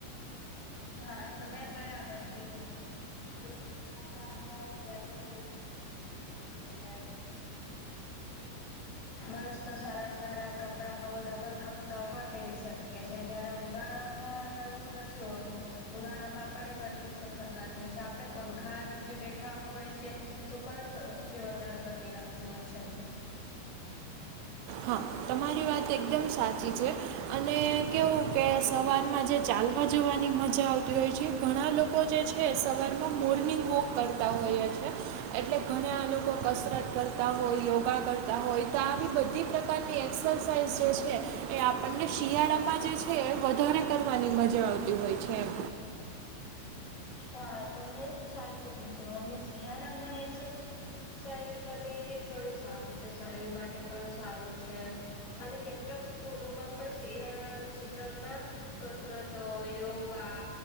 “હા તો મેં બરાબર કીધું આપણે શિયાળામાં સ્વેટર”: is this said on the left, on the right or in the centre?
Left